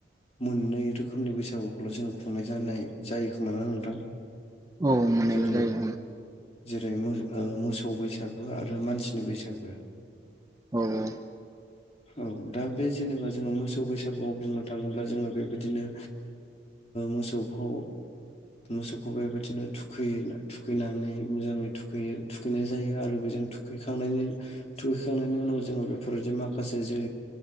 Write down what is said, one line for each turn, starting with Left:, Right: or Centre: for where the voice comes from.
Left: मोननै रोखोमनि बैसागुखौल जोङो खुंनाय जानाय जायो खोमाना नोंथां
Right: औ मोननायल'
Left: जेरै
Right: जायो
Left: जेरै मो ओ मोसौ बैसागो आरो मानसिनि बैसागो
Right: औ औ
Left: औ दा बे जेनेबा जोंङो मोसौ बैसा गुआव बुंनो थांङोब्ला जोंङो बेबायदिनो मोसौखौ मोसौखौ बेबायदिनो थुखैयो थुखैनानै मोजांङै थुखैयो थुखैनाय जायो आरो बेजों थुखैखांनायनि थुखैखांनायनि उनाव जोंङो बेफोरबायदि माखासे जे